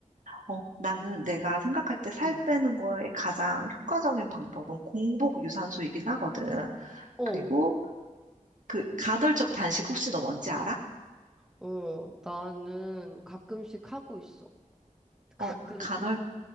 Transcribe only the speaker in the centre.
응.
어,
어, 나는 가끔씩 하고 있어. 가끔씩.